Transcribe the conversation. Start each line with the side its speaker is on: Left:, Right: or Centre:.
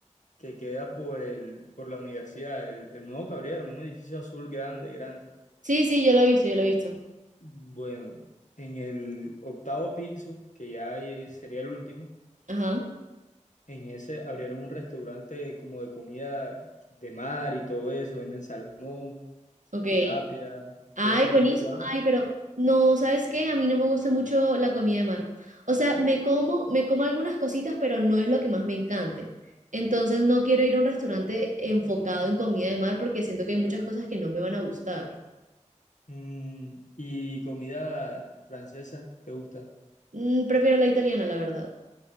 Left: que queda por el, por la universidad, el, el nuevo que abrieron, un edificio azul grande, grande.
Right: Sí, sí, yo lo he visto, yo lo he visto.
Left: Bueno, en el octavo piso, que ya ahí sería el último,
Right: Ajá,
Left: en ese abrieron un restaurante como de comida de mar y todo eso, venden salmón.
Right: ok.
Left: tilapia,
Right: Ay,
Left: todo ese
Right: buenísimo.
Left: tipo de platos.
Right: Ay, pero no, ¿sabes qué? A mí no me gusta mucho la comida de mar. O sea, me como, me como algunas cositas, pero no es lo que más me encante. Entonces no quiero ir a un restaurante enfocado en comida de mar porque siento que hay muchas cosas que no me van a gustar.
Left: Mm, y comida francesa, ¿te gusta?
Right: Mm, prefiero la italiana, la verdad.